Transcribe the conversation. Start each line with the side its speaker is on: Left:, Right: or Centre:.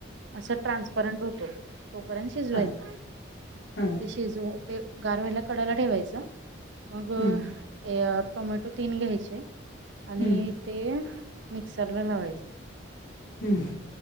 Right: असं ट्रान्सपरंट होतो. तोपर्यंत शिजवायचा
Left: हा हां
Right: ते शिजवू ते गार व्हायला कडायला ठेवायचं मग
Left: हं
Right: यात टोमॅटो तीन घ्यायचे. आणि
Left: हं
Right: ते मिक्सर ला लावायचं.
Left: हम्म.